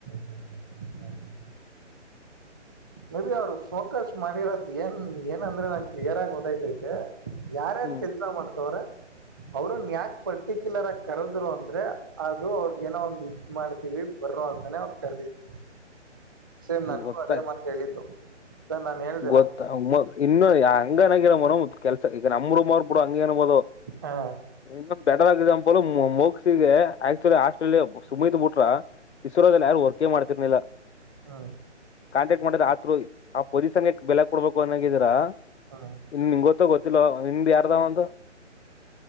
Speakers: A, on the right; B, on the left.
A: ಹ ಹ ಹ
B: <inaudible>
A: ಮೇ ಬಿ ಅವ್ರು ಫೋಕಸ್ ಮಾಡಿರೋದ ಏನ್ ಏನಂದ್ರೆ ನಾನ್ ಕ್ಲಿಯರ್ ಆಗಿ ಓದೈತೈತೆ ಯಾರ್ಯಾರ್
B: ಹ್ಮ್
A: ಕೆಲ್ಸ ಮಾಡ್ತವ್ರೇ ಅವ್ರನ್ನ ಯಾಕೆ ಪರ್ಟಿಕ್ಯುಲರ್ ಆಗಿ ಕರದ್ರು ಅಂದ್ರೆ ಅದು ಅವ್ರ ಏನೋ ಒಂದ್ ಇ ಮಾಡ್ ಬರ ಅಂತಾನೆ ಅವ ಕರೆದಿತ್ತು ಸೇಮ್ ನಂಗೂ
B: ಗೊತ್ತಾಯ್
A: ಅದೇ ಮಾತ್ ಹೇಳಿದ್ದು ಸರ್ ನಾನ್ ಹೇಳ್ದೆ
B: ಗೊತ್ತ ಇನ್ನೂ ಹಂಗನಾಗಿರ ಮನ ಕೆಲ್ಸ ಈಗ ನಮರು ಮರ್ ಬಿಡು ಹಂಗ ಅನ್ಬಹದು
A: ಹಾ
B: ಇನ್ನೊಂದು ಬೆಟರ್ ಎಕ್ಸಾಂಪಲ್ ಮೋಕ್ಸಿಗೆ ಆಕ್ಚುಲಿ ಆಸ್ಟ್ರೇಲಿಯಾ ಸುಮಿತ್ ಬಿಟ್ರೆ ಇಸ್ರೋದಲ್ಲಿ ಯಾರು ವರ್ಕ ಮಾಡ್ತಿರ್ಲಿಲ್ಲ
A: ಹಾ
B: ಕಾಟಾಕ್ಟ್ ಮಾಡಿದ್ರ ಆತ್ರ ಪೊಲೀಸನ್ ಬೆಲೆ ಕೊಡ್ಬೇಕು ಅನ್ನಾಗಿದೀರಾ
A: ಹಾ
B: ಇನ್ ನಿಮ್ ಗೊತ್ತ ಗೊತ್ತಿಲ್ಲವ ನಿಮ್ ಯಾರ್ದಾವ ಒಂದು